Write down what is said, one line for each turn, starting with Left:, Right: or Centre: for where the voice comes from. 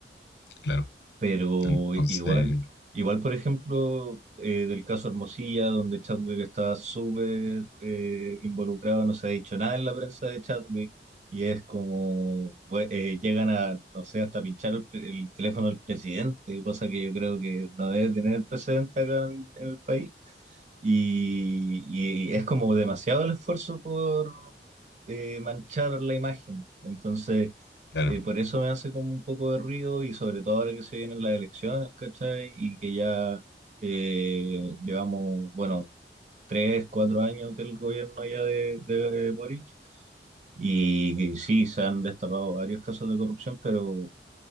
Left: Claro.
Right: Pero
Left: Entonces,
Right: igual, igual por ejemplo, eh, del caso Hermosilla, donde Chadwick está súper eh, involucrado, no se ha dicho nada en la prensa de Chadwick, y es como, pues, eh, llegan a, no sé, hasta pinchar el, pre- el teléfono del presidente, cosa que yo creo que no debe tener precedente acá en en el país y, y es como demasiado el esfuerzo por eh, manchar la imagen. Entonces,
Left: claro,
Right: eh, por eso me hace como un poco de ruido y sobre todo ahora que se vienen las elecciones, ¿cachai? Y que ya eh, llevamos, bueno, tres, cuatro años del gobierno ya de, de, de Boric. Y, sí, se han destapado varios casos de corrupción, pero